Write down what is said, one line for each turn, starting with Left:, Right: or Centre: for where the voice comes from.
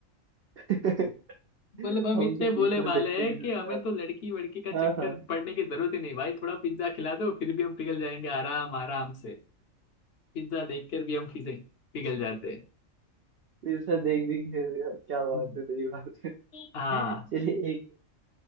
Right: <laughs>
Left: मतलब हम
Right: हम
Left: इतने
Right: तो पिज्जा
Left: भोले भाले
Right: देख के
Left: हैं
Right: भी
Left: कि
Right: रह
Left: हमें
Right: जाते
Left: तो लड़की वड़की का चक्कर
Right: हाँ हाँ
Left: पड़ने की जरूरत ही नहीं भाई थोड़ा पिज्जा खिला दो फिर भी हम पिघल जाएंगे आराम आराम से पिज्जा देखकर भी हम फिजे पिघल जाते हैं
Right: पिज्जा देख भी रहे हो यार, क्या बात
Left: हम्म,
Right: है सही बात है
Left: हाँ
Right: चलिए एक